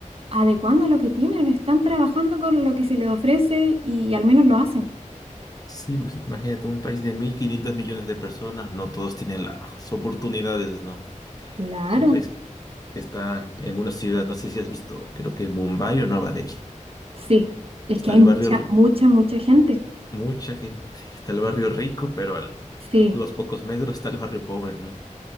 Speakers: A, on the right (about 45°); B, on the left (about 30°).
A: adecuando a lo que tienen, están trabajando con lo que se les ofrece y, al menos lo hacen.
B: Sí, pues imagínate, un país de 1.500 millones de personas, no todos tienen las oportunidades, ¿no?
A: Claro,
B: Es un país que está en una ciudad, no sé si has visto, creo que Mumbai o Nueva Delhi.
A: sí, es
B: Está
A: que hay
B: el
A: mucha,
B: barrio rico,
A: mucha, mucha gente.
B: mucha gente, está el barrio rico, pero a
A: Sí,
B: los pocos metros está el barrio pobre, ¿no?